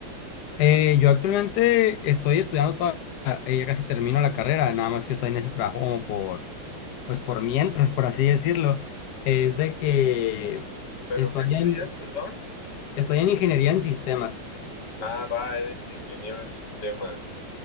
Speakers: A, on the left (about 70°); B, on the left (about 55°).
A: Eh, yo actualmente estoy estudiando todavía, eh, ya casi termino la carrera, nada más que estoy en ese trabajo como por, pues por mientras, por así decirlo. Es de que
B: ¿Pero
A: estoy
B: qué estudias,
A: en,
B: perdón?
A: estoy en ingeniería en sistemas.
B: Ah, va, eres ingeniero en sistemas.